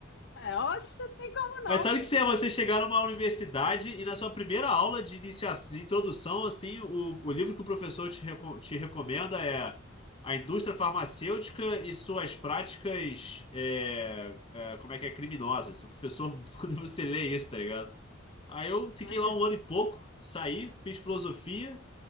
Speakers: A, on the left; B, on the left.
A: É, oxe, não tem como não,
B: Mas sabe
A: viu?
B: o que se é você chegar numa universidade e na sua primeira aula de iniciação, de introdução, assim, o, o livro que o professor te, reco- te recomenda é A Indústria Farmacêutica e Suas Práticas, é, é, como é que é, criminosas. O professor, <laughs> quando você lê isso, tá ligado? Aí eu fiquei
A: <laughs>
B: lá um ano e pouco, saí, fiz filosofia,